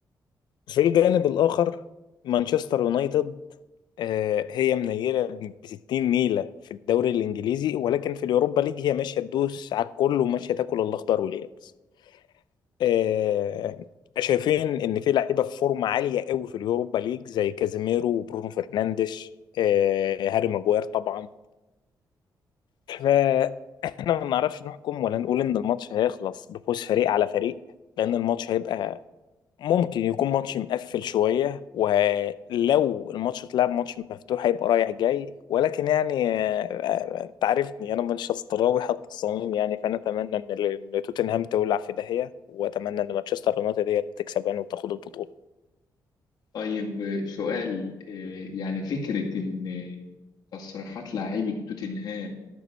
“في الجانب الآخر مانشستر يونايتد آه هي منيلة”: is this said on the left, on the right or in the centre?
Left